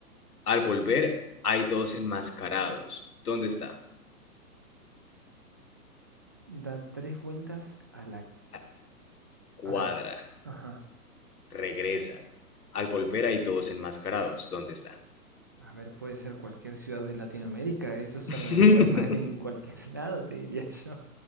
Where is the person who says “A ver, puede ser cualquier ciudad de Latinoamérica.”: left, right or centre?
Right